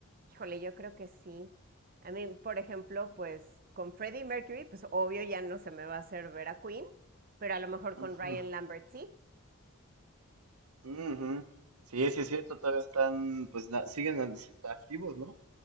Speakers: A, on the right (about 40°); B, on the right (about 80°).
A: Híjole, yo creo que sí. A mí, por ejemplo, pues con Freddie Mercury, pues obvio ya no se me va a hacer ver a Queen, pero a lo mejor
B: Ujú,
A: con Ryan Lambert sí.
B: ujú. Sí, sí es cierto, todavía están, pues na- siguen an- activos, ¿no?